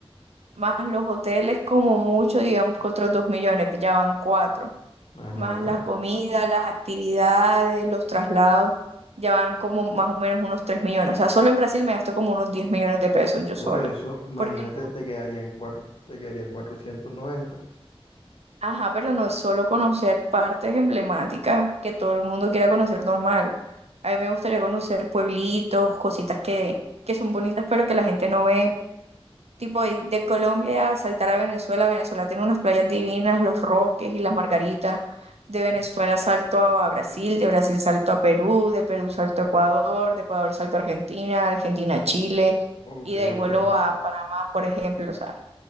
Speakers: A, on the right; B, on the left.
A: más los hoteles como mucho, digamos que otros dos millones, pues ya van cuatro,
B: ajá.
A: más la comida, las actividades, los traslados, ya van como más o menos unos tres millones. O sea, solo en Brasil me gasto como unos 10 millones de pesos yo sola.
B: Por eso, imagínate,
A: Porque, no-
B: te quedarían cuatro, te quedarían 490.
A: ajá, pero no es solo conocer partes emblemáticas que todo el mundo quiera conocer normal. A mí me gustaría conocer pueblitos, cositas que, que son bonitas, pero que la gente no ve. Tipo, y de Colombia a saltar a Venezuela, Venezuela tiene unas playas divinas, los Roques y las Margaritas. De Venezuela
B: Mm.
A: salto a Brasil, de Brasil salto a Perú, de Perú salto a Ecuador, de Ecuador salto a Argentina, Argentina a Chile,
B: Ok,
A: y de ahí vuelo
B: ok,
A: a Panamá, por ejemplo. O sea,